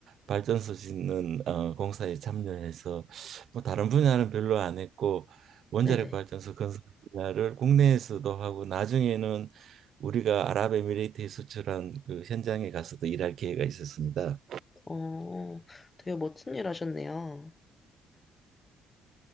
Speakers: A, on the right (about 50°); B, on the left (about 20°).
A: 발전소 짓는 어, 공사에 참여해서 뭐 다른 분야는 별로 안 했고 원자력
B: 네네.
A: 발전소 건설 분야를 국내에서도 하고 나중에는 우리가 아랍에미레이트에 수출한 그 현장에 가서도 일할 기회가 있었습니다.
B: 어, 되게 멋진 일 하셨네요.